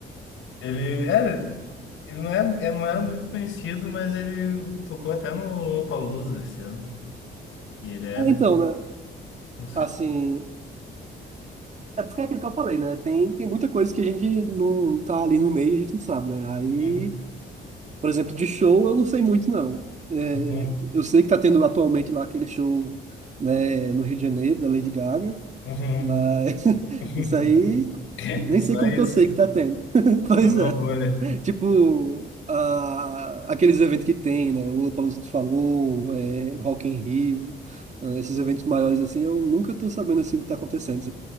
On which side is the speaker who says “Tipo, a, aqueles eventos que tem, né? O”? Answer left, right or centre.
Right